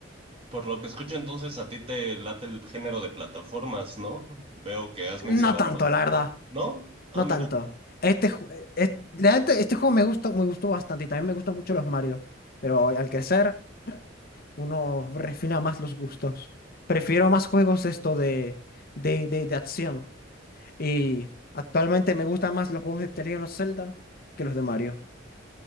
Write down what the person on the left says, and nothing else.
No
tanto,
la verdad.
No
tanto. Este, ju- es- la neta, este, juego me gusta, me gustó bastante y también me gustan mucho los Mario. Pero al crecer, uno refina más los gustos. Prefiero más juegos de esto de, de, de, de acción. Y actualmente me gustan más los juegos de The Legend of Zelda que los de Mario.